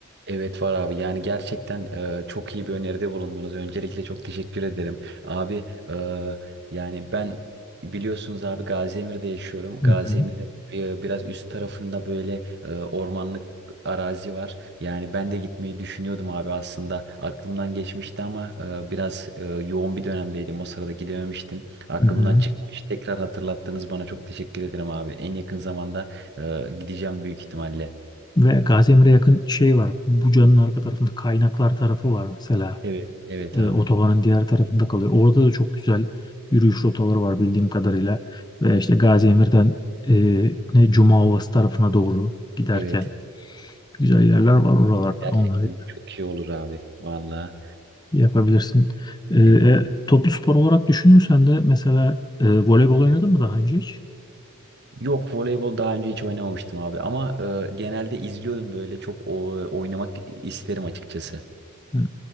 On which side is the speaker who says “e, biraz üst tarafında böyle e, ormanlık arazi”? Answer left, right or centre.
Right